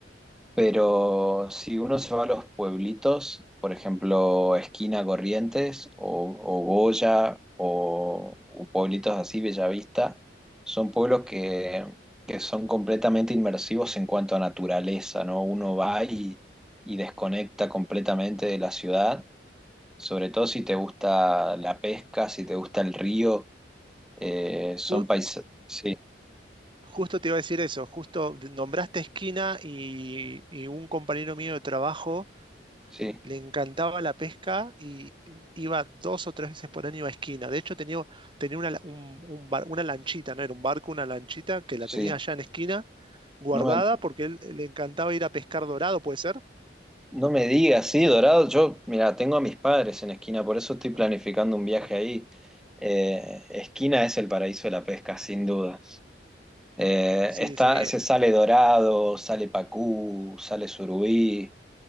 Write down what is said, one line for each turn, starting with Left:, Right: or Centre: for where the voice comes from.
Centre: Pero si uno se va a los pueblitos, por ejemplo, Esquina Corrientes o, o Goya o, o pueblitos así, Bellavista, son pueblos que, que son completamente inmersivos en cuanto a naturaleza, ¿no? Uno va y, y desconecta completamente de la ciudad, sobre todo si te gusta la pesca, si te gusta el río, eh, son
Right: Ju-
Centre: paisajes... Sí,
Right: justo te iba a decir eso, justo nombraste Esquina y, y un compañero mío de trabajo
Centre: sí,
Right: Le encantaba la pesca y iba dos o tres veces por año a esquina. De hecho, tenía, tenía una, la- un- un bar- una lanchita, no era un barco, una lanchita que
Centre: sí.
Right: la tenía allá en esquina, guardada,
Centre: No me
Right: porque él le encantaba ir a pescar dorado, ¿puede ser?
Centre: No me digas, sí, Dorado. Yo, mira, tengo a mis padres en Esquina, por eso estoy
Right: Ah,
Centre: planificando un viaje
Right: ah.
Centre: ahí. Eh, Esquina es el paraíso de la pesca, sin duda. Eh,
Right: Sí,
Centre: está,
Right: sí,
Centre: se sale Dorado, sale Pacú, sale Surubí.